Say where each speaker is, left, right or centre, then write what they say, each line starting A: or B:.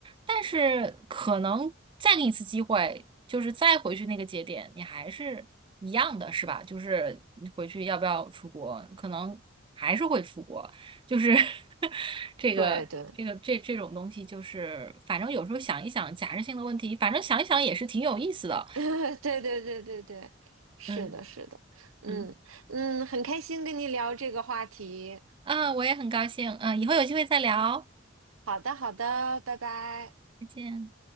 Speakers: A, on the right; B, on the right.
A: 但是可能再给你一次机会，就是再回去那个节点，你还是一样的，是吧？就是你回去要不要出国，可能还是会出国，就是 <laughs> 这个这个这这种东西，
B: 对对。
A: 就是反正有时候想一想假设性的问题，反正想一想也是挺有意思的，
B: <laughs> 对对对对对，是的，
A: 嗯。
B: 是的，嗯嗯，
A: 嗯
B: 很开心跟你聊这个话题，
A: 啊，我也很高兴。嗯，以后有机会再聊，
B: 嗯，好的好的，拜拜。
A: 再见。